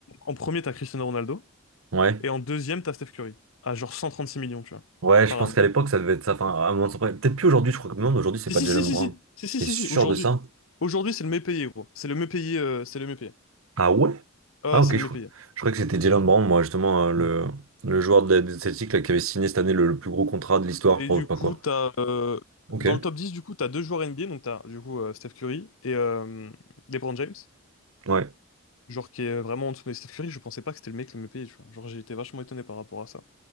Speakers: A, on the left; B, on the right.
A: En premier, t'as Cristiano Ronaldo,
B: Ouais.
A: et en deuxième, t'as Steph Curry, à genre 136 millions, tu vois,
B: Ouais, je
A: par
B: pense
A: année.
B: qu'à l'époque, ça devait être ça. Enfin, à un moment, ça- peut-être plus aujourd'hui, je crois que non, mais aujourd'hui, c'est
A: Si,
B: pas
A: si,
B: Jalen
A: si, si,
B: Brown.
A: si, si, si,
B: T'es
A: si,
B: sûr
A: si, aujourd'hui.
B: de ça?
A: Aujourd'hui, c'est le mieux payé, gros. C'est le mieux payé, euh, c'est le mieux payé.
B: Ah ouais?
A: Ah,
B: Ah
A: ouais,
B: ok,
A: c'est le
B: je
A: mieux
B: crois.
A: payé.
B: Je crois que c'était Jalen Brown, moi, justement, euh, le, le joueur des des Celtics là, qui avait signé cette année le, le plus gros contrat de l'histoire,
A: Et
B: je crois,
A: du
B: ou pas
A: coup,
B: quoi.
A: t'as, euh,
B: Ok.
A: dans le top 10 du coup, tu as deux joueurs NBA. Donc, tu as du coup euh, Steph Curry et euh, LeBron James.
B: Ouais.
A: Genre, qui est vraiment en dessous. Mais Steph Curry, je pensais pas que c'était le mec le mieux payé. Tu vois. Genre, j'ai été vachement étonné par rapport à ça.